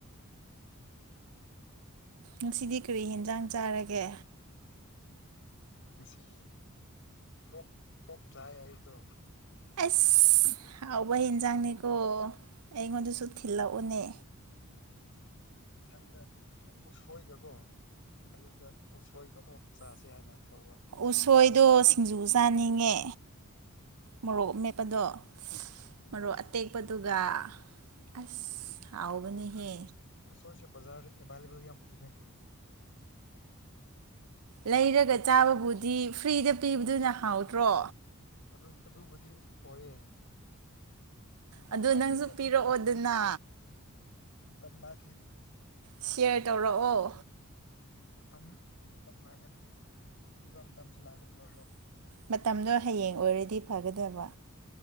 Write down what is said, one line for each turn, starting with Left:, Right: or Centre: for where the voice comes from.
Right: ꯉꯁꯤꯗꯤ ꯀꯔꯤ ꯌꯦꯦꯟꯖꯥꯡ ꯆꯥꯔꯒꯦ
Left: ꯉꯁꯤ ꯀ ꯄꯣꯛꯇ ꯍꯥꯏ ꯑꯩꯗꯣ
Right: ꯑꯁ ꯍꯥꯎꯕ ꯍꯦꯟꯖꯥꯡꯅꯤꯀꯣ ꯑꯩꯉꯣꯟꯗꯁꯨ ꯊꯤꯜꯂꯛꯎꯅꯦ
Left: ꯃꯊꯪꯗꯩꯅ ꯎꯁꯣꯏꯒꯀꯣ ꯑꯌꯨꯛꯇ ꯎꯁꯣꯏꯒ ꯑꯣꯛ ꯆꯥꯁꯦ ꯍꯥꯏꯅ ꯇꯧꯕ
Right: ꯎꯁꯣꯏꯗꯣ ꯁꯤꯡꯖꯨ ꯆꯥꯅꯤꯡꯉꯦ ꯃꯣꯔꯣꯛ ꯃꯦꯠ ꯑꯗꯣ
Left: ꯎꯝ
Right: ꯃꯔꯨꯞ ꯑꯇꯦꯛꯄꯗ ꯑꯗꯨꯒ ꯑꯁ ꯍꯥꯎꯕꯅꯦꯍꯦ
Left: ꯑꯁꯣꯏꯁꯦ ꯕꯖꯥꯔ ꯑꯦꯕꯥꯏꯂꯦꯕꯜ ꯌꯥꯝ ꯑꯣꯏꯈ꯭ꯔꯦ
Right: ꯂꯩꯔꯒ ꯆꯥꯕꯕꯨꯗꯤ ꯐ꯭ꯔꯤꯗ ꯄꯤꯕꯗꯨꯅ ꯍꯥꯎꯗ꯭ꯔꯣ
Left: ꯑꯗꯨ ꯑꯗꯨꯕꯨꯗꯤ ꯑꯣꯏꯌꯦ ꯃꯇꯝ
Right: ꯑꯗꯣ
Left: ꯂꯥꯛꯈꯤꯅꯤꯗ
Right: ꯅꯪꯁꯨ ꯄꯤꯔꯛꯑꯣꯗꯅ
Left: ꯄꯤꯕ ꯃꯇꯝ ꯃꯇꯝꯁꯨꯀꯣ ꯃꯇꯝ ꯂꯥꯛꯈꯤꯅꯤ
Right: ꯁꯤꯌꯥꯔ ꯇꯧꯔꯛꯑꯣ
Left: ꯃꯇꯝ ꯃꯇꯝ ꯂꯥꯛꯀꯅꯤ ꯏꯕ ꯃꯇꯝꯁꯨ ꯂꯥꯛꯀꯅꯤꯕꯣ
Right: ꯃꯇꯝꯗꯣ ꯍꯌꯦꯡ ꯑꯣꯏꯔꯗꯤ ꯐꯒꯗꯕ